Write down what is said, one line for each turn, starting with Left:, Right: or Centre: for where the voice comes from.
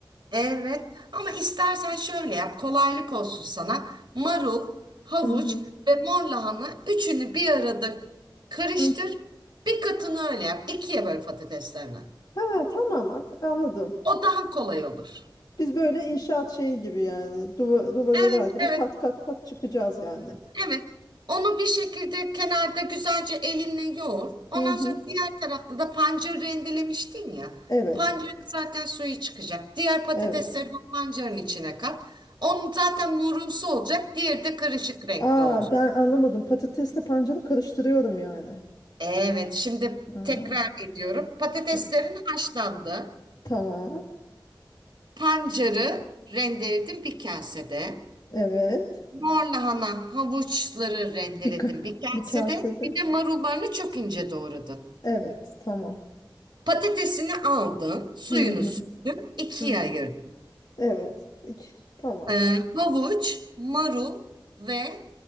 Right: Evet ama istersen şöyle yap kolaylık olsun sana. Marul, havuç
Left: Hı hı.
Right: ve mor lahana üçünü bir arada karıştır.
Left: Hı.
Right: Bir katını öyle yap. ikiye böl patateslerini.
Left: Ha tamam artık anladım.
Right: O daha kolay olur.
Left: Biz böyle inşaat şeyi gibi yani duva, duvar
Right: Evet,
Left: örer gibi
Right: evet.
Left: kat kat kat çıkacağız yani.
Right: Evet. Onu bir şekilde kenarda güzelce elinle yoğur. Ondan
Left: Hı hı.
Right: sonra diğer tarafta da pancarı rendelemiştin ya.
Left: Evet.
Right: Pancarın zaten suyu çıkacak. Diğer patatesleri
Left: Evet.
Right: de o pancarın içine kat. Onun zaten morumsu olacak. Diğeri de karışık renkte
Left: Aa
Right: olacak.
Left: ben anlamadım. Patatesle pancarı karıştırıyorum yani.
Right: Evet, şimdi
Left: Ha,
Right: tekrar ediyorum. Patateslerin
Left: hı.
Right: haşlandı.
Left: Tamam.
Right: Pancarı rendeledim bir kasede.
Left: Evet.
Right: Mor lahana havuçları rendeledim
Left: Bir, ka-
Right: bir kasede.
Left: bir kasede.
Right: Bir de marullarını çok ince doğradın.
Left: Evet. Tamam.
Right: Patatesini aldın, suyunu
Left: Hı hı.
Right: sürdün, ikiye
Left: hı.
Right: ayırdın.
Left: Evet. İki. Tamam.
Right: Ee, havuç, marul ve